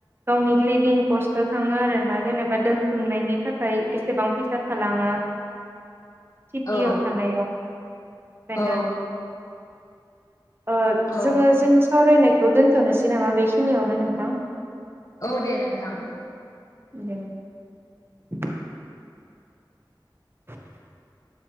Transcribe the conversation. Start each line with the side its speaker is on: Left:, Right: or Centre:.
Right: गावनि लिभिं कस्टआव थाङो आरोना जेनेबा दोनथुमनायनि थाखाय एसेबां फैसा थालाङा। सिथियाव
Left: औ
Right: थानायाव। ओंखायनो
Left: औ
Right: ओ
Left: औ
Right: जोङो जोंनि सावरायनायखौ दोनथ'नोसै नामा बेखिनियावनो नोंथां?
Left: औ दे नोंथां।
Right: दे। <inaudible> <inaudible>